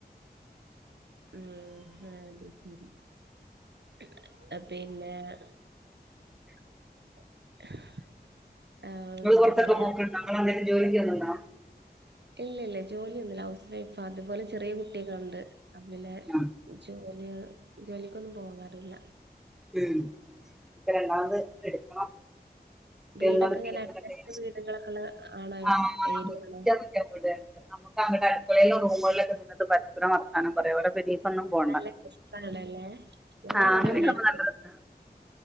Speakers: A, on the right (about 85°); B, in the centre.
A: ഉം അത്ശെരി പിന്നെ ആഹ്
B: ഇങ്ങള്
A: എന്താ
B: പൊറത്തൊക്കെ
A: പറയാ
B: പോക്ക്ണ്ടോ ഇമ്മള് എന്തെങ്കിലും ജോലിക്ക് പോണുണ്ടോ
A: ഇല്ലില്ല ജോലിയൊന്നൂല്ല ഹൗസ് വൈഫ് അതുപോലെ ചെറിയ കുട്ടികളുണ്ട് പിന്നെ
B: ആ
A: ജോലിക ജോലിക്കൊന്നും പോകാറില്ല
B: ഉം പ്പരണ്ടാമത് എടുക്കണം
A: വീടൊക്കെ
B: എന്നാണ്
A: ഇങ്ങനെ
B: തീയതീറിഞ്ഞിട്ടേ
A: അടുത്തടുത്ത് വീടുകളൊക്കെ ഉള്ള ആണോ
B: ആ മിക്കളിക്കാൻ
A: ഏരിയ ആണോ
B: വിട്വാരുന്ന് നമുക്കങ്ങനെ പൊരേലോ റൂമുകളിലോക്കെ നിന്നിട്ട് പരസ്പരം വർത്താനംപറയ്ഓരൊപ്പിരി ഇനീപ്പെങ്ങുംപോണ്ട
A: നല്ല കൃഷ്ണാണല്ലേ ഞങ്ങളവിടെ
B: ആങ്ങനക്കെ
A: അങ്ങനെ അടുത്ത്
B: മ്മള്കണ്ടര്ണ്ട്